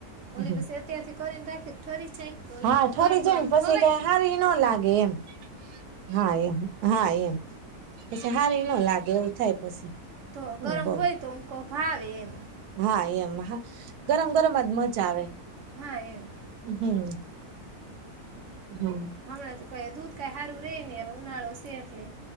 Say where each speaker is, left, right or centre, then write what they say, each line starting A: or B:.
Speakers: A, on the right; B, on the right.
A: ઓલી
B: હમ
A: પસે અત્યારે શ કરીને ઠરી જાય તો ઓલી
B: હા
A: કહું
B: ઠરી
A: ગરમ
B: જાય
A: ગરમ
B: પછી
A: ખવાય
B: કઈ
A: ને
B: હારી ન લાગે એમ હા એમ હા એમ પછી હારી એ ન લાગે એવું થાય <inaudible>
A: તો
B: હમ
A: ગરમ
B: બોલો
A: હોય તોમહ ફાવિન
B: હા એમ હા ગરમ ગરમજ મજા આવે
A: હા એમ
B: હમ હમ
A: <inaudible> ક દૂધ કઈ સારું રે નને એ ઉનાળો શેટલે